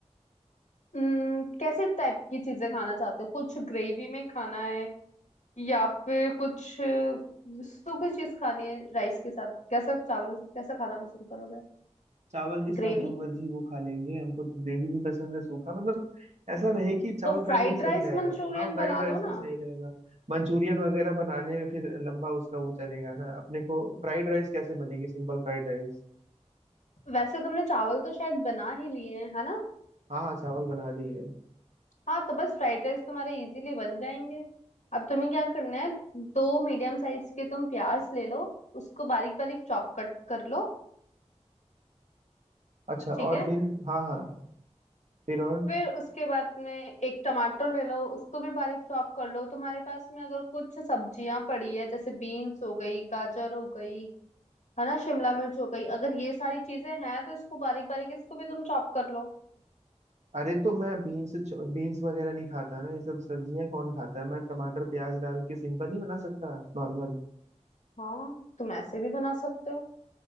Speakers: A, on the left (about 75°); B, on the right (about 70°).
A: हम्म कैसे टाइप की चीजें खाना चाहते हो कुछ ग्रेवी में खाना है या फिर कुछ अ, सूखी चीज खानी है राइस के साथ कैसा चावल के साथ कैसा खाना पसंद करोगे
B: चावल के साथ
A: ग्रेवी
B: जो मर्जी वो खा लेंगे हमको तो ग्रेवी भी पसंद है सूखा मतलब ऐसा रहे कि चावल
A: तो फ्राइड
B: फ्राई भी सही
A: राइस
B: रहेगा
A: मंचूरियन
B: हाँ फ्राइड
A: बना
B: राइस
A: लो
B: भी
A: ना
B: सही रहेगा मंचूरियन वगैरह बनाने में फिर लंबा उसका वो चलेगा ना अपने को फ्राइड राइस कैसे बनेगी सिंपल फ्राइड राइस
A: वैसे तुमने चावल तो शायद बना ही लिए हैं है ना
B: हाँ हाँ चावल बना दिए
A: हाँ तो बस फ्राइड राइस तुम्हारे इजीली बन जाएंगे अब तुम्हें क्या करना है दो मीडियम साइज के तुम प्याज ले लो उसको बारीक बारीक चॉप कट कर लो
B: अच्छा
A: ठीक
B: और
A: है
B: फिर हाँ हाँ फिर और
A: फिर उसके बाद में एक टमाटर ले लो उसको भी बारीक चॉप कर लो तुम्हारे पास में अगर कुछ सब्जियां पड़ी है जैसे बीन्स हो गई गाजर हो गई है ना शिमला मिर्च हो गई अगर ये सारी चीजें हैं तो इसको बारीक बारीक इसको भी तुम चॉप कर लो
B: अरे तो मैं बीन्स बीन्स वगैरह नहीं खाता ना ये सब सब्जियां कौन खाता है मैं टमाटर प्याज डाल के सिंपल नहीं बना सकता नॉर्मल
A: हाँ तुम ऐसे भी बना सकते हो